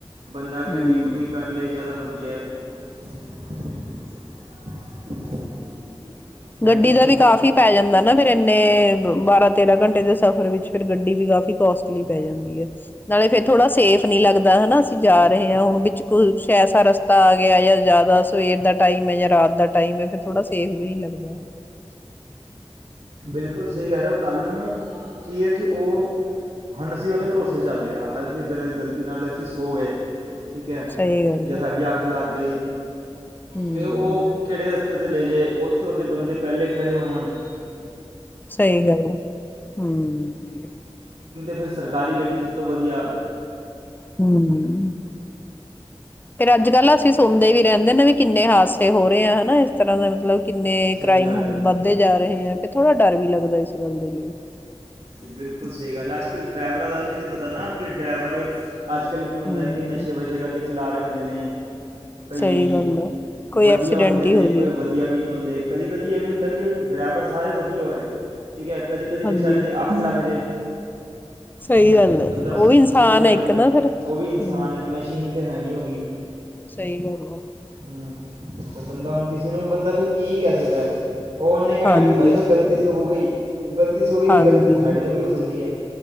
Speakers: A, on the right (about 70°); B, on the left (about 20°).
A: ਬੰਦਾ
B: ਹੂੰ
A: ਗੱਡੀ ਗੁੱਡੀ ਕਰ ਲਏ ਜਿਆਦਾ ਵਡ <unintelligible> <unintelligible> ਹੈ
B: ਗੱਡੀ
A: ਕਿ ਨਹੀਂ
B: ਦਾ ਵੀ ਕਾਫ਼ੀ
A: ਬੰ
B: ਪੈ ਜਾਂਦਾ ਨਾ ਫੇਿਰ ਇਨ ਆਪਣੇ ਬਾਰਾਂ ਤੇਰਾਂ ਘੰਟੇ ਦੇ ਸਫ਼ਰ ਵਿੱਚ ਫਿਰ ਗੱਡੀ ਵੀ ਕਾਫ਼ੀ ਕੋਸਟਲੀ ਪੈ ਜਾਂਦੀ ਹੈ ਨਾਲੇ ਫੇਿਰ ਥੋੜਾ ਸੇਫ ਨੀ ਲੱਗਦਾ ਹਨਾ ਅਸੀਂ ਜਾ ਰਹੇ ਹਾਂ ਹੁਣ ਵਿੱਚ ਕੁ ਐਸਾ ਰਸਤਾ ਆ ਗਿਆ ਜਾਂ ਜ਼ਿਆਦਾ ਸਵੇਰ ਦਾ ਟਾਈਮ ਹੈ ਜਾਂ ਰਾਤ ਦਾ ਟਾਈਮ ਹੈ ਫਿਰ ਥੋੜਾ ਸੇਫ ਵੀ ਨੀ ਲੱਗਦਾ <unintelligible>
A: ਬਿਲਕੁਲ ਸਹੀ ਕਹਿ ਰਹੇ ਹੋ ਕੱਲ੍ਹ ਨੂੰ ਕੀ ਹੈ ਕਿ ਓਹ ਹੁਨ ਅਸੀਂ ਉਹਦੇ ਭਰੋਸੇ ਚੱਲ ਰਹੇ ਹਾਂ ਅਸੀਂ ਅਗਰ ਗ਼ਲਤੀ ਨਾਲ ਅਸੀਂ ਸੋ ਗਏ ਠੀਕ ਐ,
B: ਸਹੀ ਗੱਲ
A: ਜੇ
B: ਹੈ
A: ਸਾਡੀ ਅੱਖ ਲੱਗ ਗਈ।
B: ਹੂੰ
A: ਤੇ ਓ ਕੇੜੇ ਰਸਤੇ ਉੱਥੇ ਤੇ ਲੇ ਜੇ ਉੱਥੇ ਓਦੇ ਬਂਦੇ ਪੈਲੇ ਖੜੇ ਹੋਨ
B: ਸਹੀ ਗੱਲ ਆ, ਹੂੰ।
A: ਫੇਰ ਸਰਕਾਰੀ ਗੱਡੀ ਸਭ ਤੋਂ ਵਦੀਆ
B: ਹੂੰ। ਫੇਰ ਅੱਜ-ਕੱਲ ਅਸੀਂ ਸੁਨਦੇ ਵੀ ਰੈਂਦੇ ਨੇ ਵੀ ਕਿੰਨੇ ਹਾਦਸੇ ਹੋ ਰਹੇ ਆ ਹਨਾ ਇਸ ਤਰ੍ਹਾਂ ਦਾ ਮਤਲਬ ਕਿੰਨੇ
A: ਸਹੀ
B: ਕ੍ਰਾਈਮ
A: ਗੱਲ
B: ਹ
A: ਹੈ ਜੀ
B: ਵੱਧਦੇ ਜਾ ਰਹੇ ਆ ਤੇ ਥੋੜਾ ਡਰ ਵੀ ਲੱਗਦਾ ਇਸ ਗੱਲ ਦੇ ਲਈ
A: ਜ ਬਿਲਕੁਲ ਸਹੀ ਗੱਲ ਐ, ਅੱਜ-ਕੱਲ ਡਰਾਈਵਰਾਂ ਦਾ ਵੀ ਨਹੀਂ ਤੇ ਪਤਾ ਨਾ ਕਿ ਡਰਾਈਵਰ ਅੱਜ-ਕੱਲ ਕੀ ਹੁੰਦਾ
B: ਹਮ
A: ਕਿ ਨਸ਼ੇ ਵਸ਼ੇ ਕਰਕੇ ਚਲਾ ਰਹੇ ਹੁੰਦੇ ਨੇ ਕਈ
B: ਸਹੀ ਗੱਲ ਆ ਕੋਈ
A: ਵਧੀਆ
B: ਐਕਸੀਡੈਂਟ
A: ਹੁੰਦੇ
B: ਹੀ
A: ਨੇ,
B: ਹੋ
A: ਕੋਈ
B: ਜੇ
A: ਵਧੀਆ ਵੀ ਨਹੀਂ ਹੁੰਦੇ ਕਦੀ ਕਦੀ ਇਹ ਵੀ ਹੁੰਦਾ ਕਿ ਡਰਾਈਵਰ ਸਾਰੇ ਵਧੀਆ ਹੋਏ ਠੀਕ ਐ, ਕਦੀ ਕਦੀ ਬੇਚਾਰੇ
B: ਹਾਂਜੀ
A: ਦੀ ਅ ਲੱਗਜੇ,
B: ਸਹੀ
A: ਬ
B: ਗੱਲ ਹੈ
A: ਬੰਦਾ
B: ਉਹ
A: ਸ
B: ਵੀ ਇਨਸਾਨ
A: ਸੋ ਜੇ
B: ਹੈ
A: ਬੰਦੇ
B: ਇੱਕ ਨਾ
A: ਨੂੰ
B: ਫਿਰ
A: ਓ ਵੀ ਇਨਸਾਨ
B: ਹਮ
A: ਐ, ਮਸ਼ੀਨ ਤੇ ਹੈ ਨੀ ਓਹ ਵੀ,
B: ਸਹੀ ਗੱਲ ਆ
A: ਹੂੰ। ਤੇ ਬੰਦਾ ਹੁਣ ਕਿਸੇ ਨੂੰ ਬੰਦਾ ਫਿਰ ਕੀ ਹਿ ਕਿਹ ਸਕਦਾ ਇ ਓਹਨੇ ਕਹਿਣਾ
B: ਹਾਂਜੀ
A: ਕਿ ਭਾਈ ਸਬ ਗਲਤੀ ਸੀ ਹੋ ਗਈ <unintelligible> ਓਹ ਗਲਤੀ ਸਿ ਹੋ ਗਈ ਤੇ
B: ਹਾਂਜੀ
A: ਗਲ ਸਾਡੇ ਤੋਂ ਵੀ ਹੋ ਸਕਦੀ ਏ